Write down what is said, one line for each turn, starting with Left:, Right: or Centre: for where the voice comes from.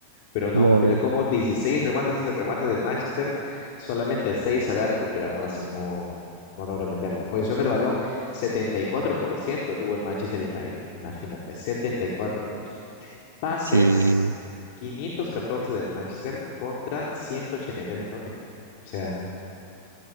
Left: Pero no,
Right: No,
Left: pero
Right: no.
Left: como 16 remates, ese remate del Manchester, solamente 6 al arco, pero aún así no, no logró meterlo. Posición del balón, 74% tuvo el Manchester United, imagínate, setenta y cuatro Pases,
Right: Sí,
Left: 514 del Manchester contra 183 del Tottenham. O sea,